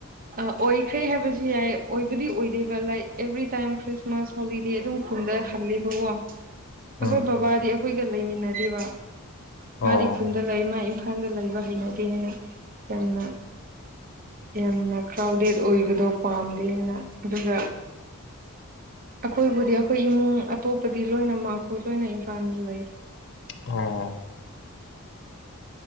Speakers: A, on the right (about 40°); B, on the left (about 55°).
A: ꯑ ꯑꯣꯏꯈ꯭ꯔꯦ ꯍꯥꯏꯕꯁꯨ ꯌꯥꯏ ꯑꯣꯏꯕꯗꯤ ꯑꯣꯏꯗꯦꯕ like every time Christmas holiday ꯑꯗꯨꯝ ꯈꯨꯟꯗ ꯍꯜꯂꯦꯕꯀꯣ ꯑꯩꯈꯣꯏ
B: ꯎꯝ
A: ꯕꯕꯥꯗꯤ ꯑꯩꯈꯣꯏꯒ ꯂꯩꯃꯤꯟꯅꯗꯦꯕ ꯃꯥꯗꯤ
B: ꯑꯣ
A: ꯈꯨꯟꯗ ꯂꯩ ꯃꯥ ꯏꯝꯐꯥꯜꯗ ꯂꯩꯕ ꯍꯩꯅꯗꯦ ꯍꯥꯏꯅ ꯌꯥꯝꯅ ꯌꯥꯝꯅ ꯀ꯭ꯔꯥꯎꯗꯦꯠ ꯑꯣꯏꯕꯗꯣ ꯄꯥꯝꯗꯦꯅ ꯑꯗꯨꯒ ꯑꯩꯈꯣꯏꯕꯨꯗꯤ ꯑꯩꯈꯣꯏ ꯏꯃꯨꯡ ꯑꯇꯣꯞꯄꯗꯤ ꯂꯣꯏꯅꯃꯛ ꯑꯩꯈꯣꯏ ꯂꯣꯏꯅ ꯏꯝꯐꯥꯜꯗ ꯂꯩ
B: ꯑꯣ